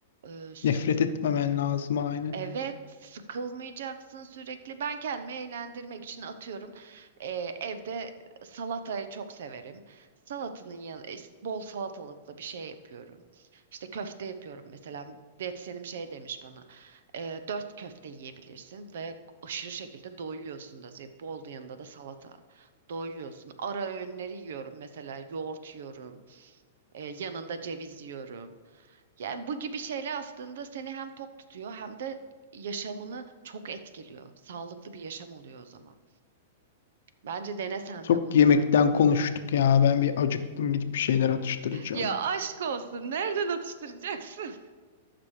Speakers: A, on the right; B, on the left.
A: e, sür.
B: Nefret etmemen lazım aynı.
A: Evet, sıkılmayacaksın sürekli. Ben kendimi eğlendirmek için atıyorum. e, evde salatayı çok severim. Salatanın yanı e, bol salatalıklı bir şey yapıyorum. İşte köfte yapıyorum mesela. Diyetisyenim şey demiş bana. E, dört köfte yiyebilirsin ve aşırı şekilde doyuyorsun da. Yani Bol yanında da salata. Doyuyorsun. Ara öğünleri yiyorum mesela. Yoğurt yiyorum. E, yanında ceviz yiyorum. Yani bu gibi şeyler aslında seni hem tok tutuyor hem de yaşamını çok etkiliyor. Sağlıklı bir yaşam oluyor o zaman. Bence dene sen
B: Çok
A: de bunu
B: yemekten
A: ya.
B: konuştuk ya. Ben bir acıktım gidip bir şeyler atıştıracağım.
A: Ya aşk olsun. Nereden atıştıracaksın?